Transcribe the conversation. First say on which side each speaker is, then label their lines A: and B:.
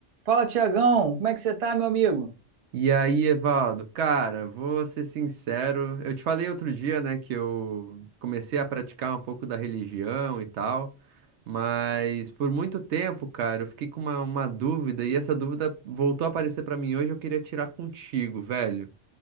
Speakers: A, on the right (about 40°); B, on the right (about 70°).
A: Fala, Tiagão, como é que você tá, meu amigo?
B: E aí, Evaldo, cara, vou ser sincero. Eu te falei outro dia, né, que eu comecei a praticar um pouco da religião e tal, mas por muito tempo, cara, eu fiquei com uma, uma dúvida e essa dúvida voltou a aparecer pra mim hoje. Eu queria tirar contigo, velho.